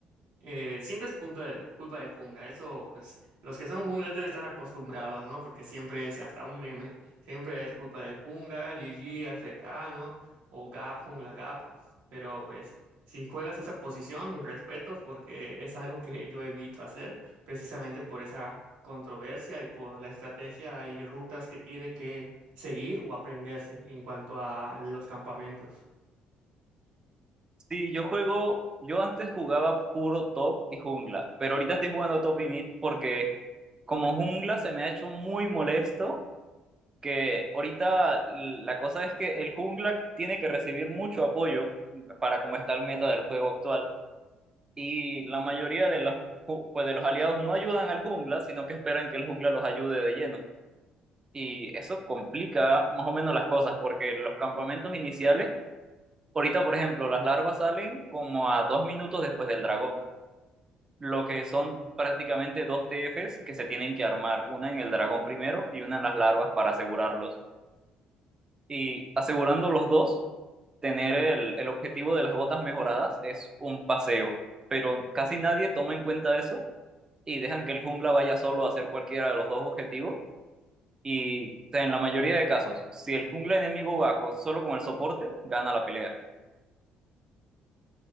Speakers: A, on the right; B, on the right.
A: eh, siempre es culpa de, culpa de jungla, eso pues los que son junglas deben estar acostumbrados, ¿no? Porque siempre es hasta un meme, siempre es culpa de jungla, G G, f k ¿no? O Gap, jungla Gap, pero pues si juegas esa posición, mis respetos, porque es algo que yo evito hacer, precisamente por esa controversia y por la estrategia y rutas que tiene que seguir o aprenderse en cuanto a los campamentos.
B: Sí, yo juego, yo antes jugaba puro top y jungla, pero ahorita estoy jugando top y mid porque como jungla se me ha hecho muy molesto que ahorita la cosa es que el jungla tiene que recibir mucho apoyo para como está el meta del juego actual y la mayoría de los, ju- pues de los aliados no ayudan al jungla, sino que esperan que el jungla los ayude de lleno. Y eso complica más o menos las cosas porque los campamentos iniciales, ahorita por ejemplo, las larvas salen como a dos minutos después del dragón. Lo que son prácticamente dos TFs que se tienen que armar, una en el dragón primero y una en las larvas para asegurarlos. Y asegurando los dos, tener el, el objetivo de las botas mejoradas es un paseo, pero casi nadie toma en cuenta eso y dejan que el jungla vaya solo a hacer cualquiera de los dos objetivos. Y o sea, en la mayoría de casos, si el jungla enemigo va co- solo con el soporte, gana la pelea.